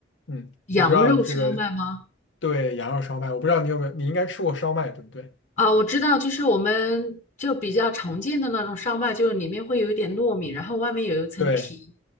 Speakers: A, on the left (about 80°); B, on the left (about 40°).
A: 嗯，
B: 羊肉烧麦吗？
A: 我不知道这个，对，羊肉烧麦，我不知道你有没有，你应该吃过烧麦，对不对？
B: 啊，我知道，就是我们就比较常见的那种烧麦，就是里面会有一点糯米，然后外面有一层皮。
A: 对，